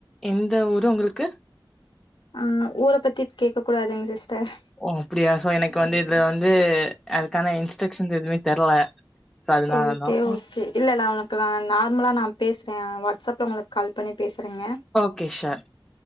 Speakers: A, in the centre; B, on the left.
A: எந்த ஊரு உங்களுக்கு
B: ஆ ஊர பத்தி கேக்க கூடாதுங்க சிஸ்டர்
A: ஓ அப்டியா சோ எனக்கு வந்து இதுல வந்து அதுக்கான இன்ஸ்ட்ரக்ஷன்ஸ் எதுவுமே தெர்ல சோ அதனாலதான்
B: ஓகே ஓகே இல்ல நா க்லா நார்மலா நா பேசுறே வாட்ஸ்அப்ல உங்களுக்கு கால் பண்ணி பேசுறேங்க
A: ஓகே ஷோர்